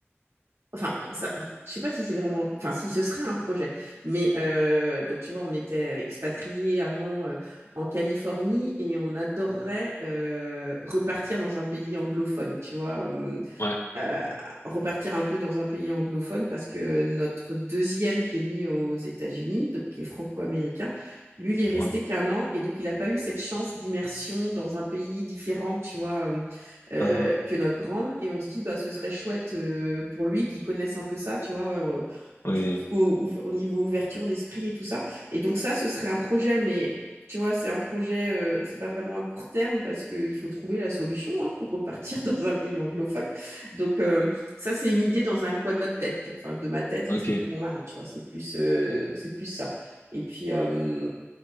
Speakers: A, on the right (about 85°); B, on the left (about 75°).
A: Enfin, ça, je sais pas si c'est vraiment un, pro- enfin si ce serait un projet, mais euh, donc tu vois, on était expatriés avant euh, en Californie et on adorerait euh, repartir dans un pays anglophone, tu vois. euh,
B: ouais,
A: euh, repartir un peu dans un pays anglophone parce que notre deuxième qui est né aux États-Unis, donc qui est franco-américain, lui, il est resté
B: ouais.
A: qu'un an et donc il n'a pas eu cette chance d'immersion dans un pays différent, tu vois, euh, euh,
B: Ah,
A: que notre grande. Et on se dit, bah, ce serait chouette euh, pour lui qu'il connaisse un peu ça, tu vois. euh, on
B: oui,
A: trouve qu'au ouv- au niveau ouverture d'esprit et tout ça. Et donc ça, ce serait un projet, mais tu vois, c'est un projet, euh, c'est pas vraiment à court terme parce qu'il faut trouver la solution hein, pour repartir <laughs> dans un pays anglophone. Donc, euh, ça, c'est une idée dans un coin de notre tête, enfin, de ma tête
B: ok.
A: et de celle de mon mari, tu vois. C'est plus, euh, c'est plus ça. Et puis, euh,